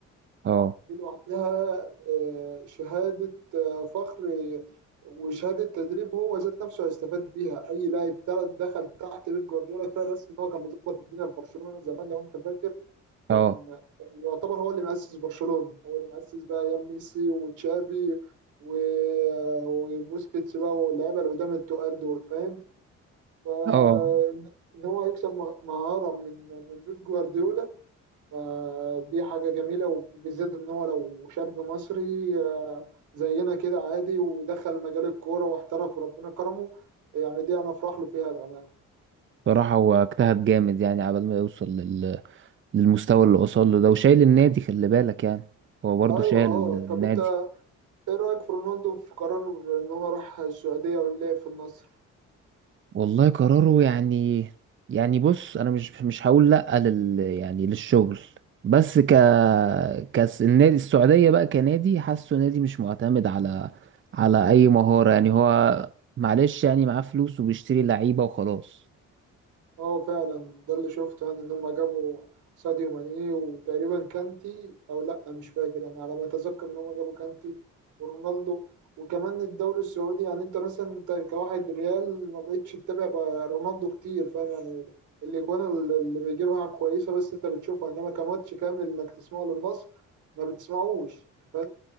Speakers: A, on the right (about 40°); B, on the right (about 80°).
A: اه
B: دي لوحدها آه، شهادة آه، فخر آه، وشهادة تدريب هو ذات نفسه هيستفاد بيها أي لاعب تلات دخل تحت بيب جوارديولا كفاية بس إن هو كان مظبط الدنيا في برشلونة زمان لو أنت فاكر كان
A: اه
B: كان يعتبر هو اللي مؤسس برشلونة هو اللي مؤسس بقى أيام ميسي وتشافي و... آه، وبوسكيتس بقى واللعيبة اللي قدام التقال دول فاهم فإن
A: اه
B: هو يكسب مه- مهارة من من بيب جوارديولا فدي حاجة جميلة وبالذات إن هو لو شاب مصري آه، زينا كده عادي ودخل مجال الكورة واحترف وربنا كرمه يعني دي أنا أفرح له فيها بأمانة
A: بصراحة هو اجتهد جامد يعني عبال ما يوصل لل... للمستوى اللي وصل له ده وشايل النادي خلي بالك يعني هو برضه
B: أيوة
A: شايل
B: أه
A: النادي
B: طب أنت إيه رأيك في رونالدو في قرار إن هو راح السعودية ولعب في النصر؟
A: والله قراره يعني يعني بص انا مش مش هقول لا لل يعني للشغل بس ك كاس النادي السعوديه بقى كنادي حاسه نادي مش معتمد على على اي مهاره يعني هو معلش يعني معاه فلوس وبيشتري لعيبه وخلاص
B: اه فعلا ده اللي شفته يعني ان هم جابوا ساديو ماني وتقريبا كانتي او لا مش فاكر انا على ما اتذكر ان هم جابوا كانتي ورونالدو وكمان الدوري السعودي يعني انت مثلا انت كواحد ريال ما بقتش تتابع بقى رونالدو كتير فاهم يعني الاجوان اللي بيجيبها كويسه بس انت بتشوفها انما كماتش كامل انك تسمعه للنصر ما بتسمعوش فاهم